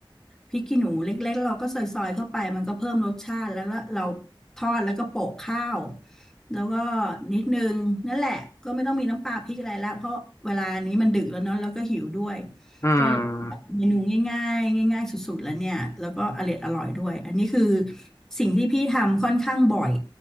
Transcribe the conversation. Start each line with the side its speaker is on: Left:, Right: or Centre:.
Centre: พริกขี้หนูเล็กๆเราก็ซอยๆเข้าไปมันก็เพิ่มรสชาติแล้วละเราทอดแล้วก็โปะข้าวแล้วก็นิดนึงนั่นแหละก็ไม่ต้องมีน้ำปลาพริกอะไรละเพราะเวลานี้มันดึกแล้วเนาะแล้วก็หิวด้วย
Left: อืม
Centre: ก็แบบเมนูง่ายๆง่ายๆสุดๆแล้วเนี่ยแล้วก็อร่อยอร่อยด้วยอันนี้คือสิ่งที่พี่ทำค่อนข้างบ่อย